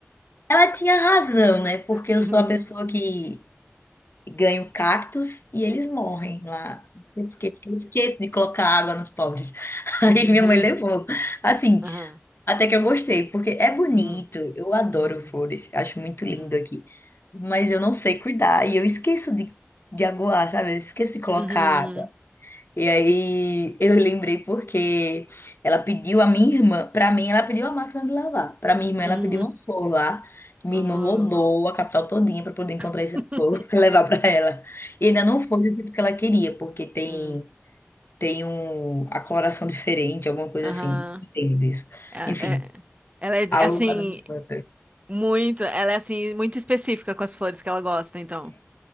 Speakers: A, on the left; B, on the right.
A: Ela tinha razão, né? Porque
B: Uhum,
A: eu sou a pessoa que ganho cactos e eles morrem lá. Não sei por quê, Porque eu esqueço de colocar água nos pobres. <laughs> Aí
B: uhum,
A: minha mãe levou. Assim,
B: aham,
A: até que eu gostei, porque é bonito.
B: uhum,
A: Eu adoro
B: uhum,
A: flores, acho muito
B: uhum,
A: lindo aqui. Mas eu não sei cuidar e eu esqueço de, de aguar, sabe? Eu esqueço de colocar
B: uhum,
A: água. E aí eu lembrei porque ela pediu a minha irmã, pra mim ela pediu a máquina de lavar. Pra minha irmã
B: uhum,
A: ela pediu uma flor lá. Minha
B: uhum,
A: irmã rodou a capital todinha pra poder encontrar
B: <laughs>
A: essa flor <laughs> pra levar pra ela. E ainda não foi do tipo que ela queria, porque tem
B: uhum,
A: tem um a coloração <laughs> diferente, alguma coisa
B: aham.
A: assim. Não Entendo disso.
B: É,
A: Enfim,
B: é- ela é
A: a louca
B: assim,
A: da minha irmã.
B: Muito, ela é assim, muito específica com as flores que ela gosta, então.